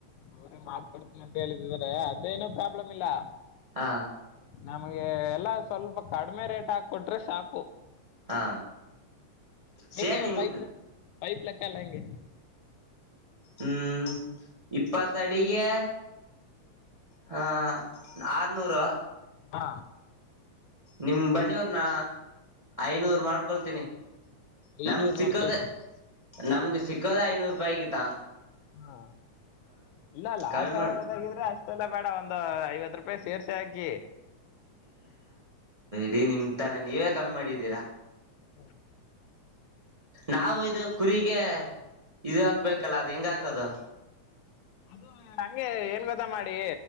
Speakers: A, on the left; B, on the right.
A: ಅವ್ರೇ ಮಾಡ್ಬಡ್ತೀನ ಅಂತ ಹೇಳಿದಿದ್ದಾರೆ ಅದೇನು ಪ್ರಾಬ್ಲಮ್ ಇಲ್ಲ.
B: ಹಾ.
A: ನಮಗೆ ಎಲ್ಲಾ ಸ್ವಲ್ಪ ಕಡಿಮೆ ರೇಟ್ ಹಾಕ್ ಕೊಟ್ರೆ ಸಾಕು.
B: ಹಾ.
A: ಹೆಂಗೆ
B: ಸೇರ್ ನಿಮ್ಗ್
A: ಪೈಪ್ದು ಪೈಪ್ ಲೆಕ್ಕ ಎಲ್ಲಾ ಹೆಂಗೆ.
B: ಹ್ಮ್ ಇಪ್ಪತ್ತಡಿಗೆ ಹಾ ಆರನೂರು.
A: ಹಾ.
B: ನಿಮ್ ಬನ್ನಿ ಅವ್ರ್ನ ಐನೂರ್ ಮಾಡ್ಕೊಳ್ತೀನಿ.
A: ಐನೂರು
B: ನಮ್ಗ್ ಸಿಕ್ಕೋದೇ
A: ಮಾಡ್ಕೊಳ್ತಿ
B: ನಮ್ಗೆ ಸಿಕ್ಕೋದೇ ಐನೂರು ರೂಪಾಯಿ ಗೀತಾ.
A: ಹಾ ಇಲ್ಲ ಲಾಸ್
B: ಕಮ್ಮಿ ಮಾಡು
A: ಆಗದಾಗಿದ್ರೆ ಅಷ್ಟೆಲ್ಲಾ ಬೇಡ ಒಂದು ಐವತ್ತು ರೂಪಾಯಿ ಸೇರ್ಸಿ ಹಾಕಿ.
B: ರೀ ನಿಮ್ ತಾನೇ ನೀವೇ ಕಮ್ ಮಾಡಿದ್ದೀರಾ.
A: ಹಾ.
B: ನಾವು ಇದು ಕುರಿಗೆ ಇದು ಹಾಕ್ಬೇಕಲ್ಲ ಅದು ಹೆಂಗ್ ಹಾಕೋದು.
A: ಅದು ಹಂಗೆ ಏನ್ ಗೊತ್ತಾ ಮಾಡಿ.